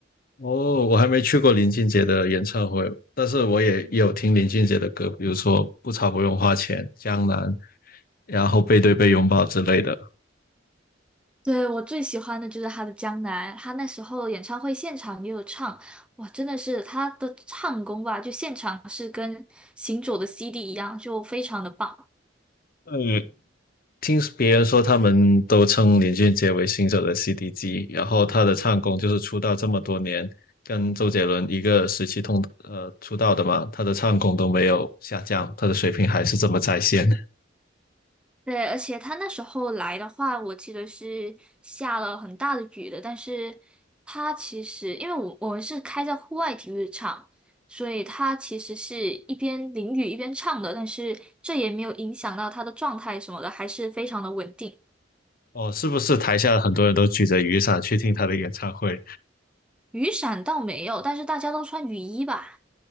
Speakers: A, on the left; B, in the centre.
A: 哦，我还没去过林俊杰的演唱会，但是我也有听林俊杰的歌，比如说《不潮不用花钱》《江南》，然后《背对背拥抱》之类的。
B: 对，我最喜欢的就是他的《江南》，他那时候演唱会现场也有唱，哇，真的是他的唱功吧，就现场是跟行走的 CD 一样，就非常的棒。
A: 嗯。听别人说，他们都称林俊杰为新手的 c d 机，然后他的唱功就是出道这么多年，跟周杰伦一个时期同呃出道的嘛，他的唱功都没有下降，他的水平还是这么在线。<laughs>
B: 对，而且他那时候来的话，我记得是下了很大的雨的，但是他其实因为我我们是开在户外体育场，所以他其实是一边淋雨一边唱的，但是这也没有影响到他的状态什么的，还是非常的稳定。
A: 哦，是不是台下很多人都举着雨伞去听他的演唱会？
B: 雨伞倒没有，但是大家都穿雨衣吧？